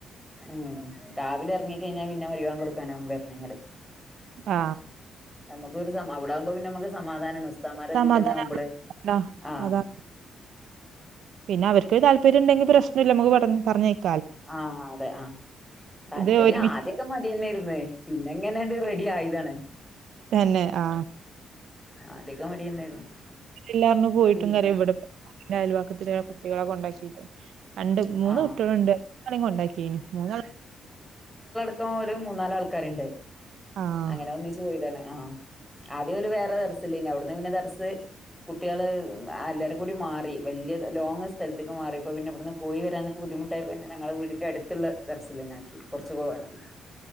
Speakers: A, in the centre; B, on the right.
A: മ്മ് രാവിലെ ഇറങ്ങി കഴിഞ്ഞാ പിന്നെ വെള്ളം കൊടുക്കാനോ വരണങ്ങള്
B: ആ
A: നമുക്ക് ഒരു സമാ അവിടാകുമ്പോ പിന്നെനമുക്ക് സമാധാനമാണ് ഉസ്താമാരെ ഇതിൽ
B: സമാധാന
A: തന്നെ ആവുമ്പോളെ
B: <unintelligible> അ
A: ആഹ്
B: അതാ പിന്നെ അവർക്ക്‌ താല്പര്യ പേരു ഉണ്ടെിൽ പ്രശ്നമില്ല നമുക്ക് പറ പറഞ്ഞയക്കാം
A: ആ അതെ ആ താല്പര്യം
B: ഇത് ഒരുമിച്ച്
A: ആദ്യക്കെ മടിതന്ന്യേരുന്നു പിന്നെ എങ്ങനെയണ്ട് റെഡി ആയി താണ്
B: തന്നെ ആ
A: ആദ്യൊക്കെ മടി തന്നെയായിരുന്നു
B: ഇല്ല പോയിട്ടും
A: പിന്നെ
B: കാര്യല്ല ഇവിടെ അയലുവക്കത്തി കുട്ടികളെ കൊണ്ടാക്കിയിട്ട് രണ്ട് മൂന്ന്
A: ആഹ്
B: കുട്ടികളുണ്ട് രണ്ടാളേം കൊണ്ടാക്കിയിന് മൂന്ന
A: ഒക്കെ വരും മൂന്നാനാല് ആൾക്കാരുണ്ട്.
B: ആഹ്
A: അങ്ങനെ ഒന്നിച്പോയ്താണ് ആ ആദ്യ ഓൽ വേറെ വേറെസലേനു പിന്നെ പിന്നെ ദർസ് കുട്ടികൾ എല്ലാവാരും കൂടി മാറി വല്യ ലോങ്ങ് സ്ഥലത്തേക് മാറി ഇപ്പ പിന്നെ ഇവിടുന്നു പോയി വരാനൊക്കെ ബുദ്ധിമുട്ടായിപ്പോന്നെ ഞങ്ങളെ വീടിന്റെ അടുത്തുള്ള ദർസിൽ തന്നെ ആക്കി കുറച്ച് പോകാനുള്ളൂ.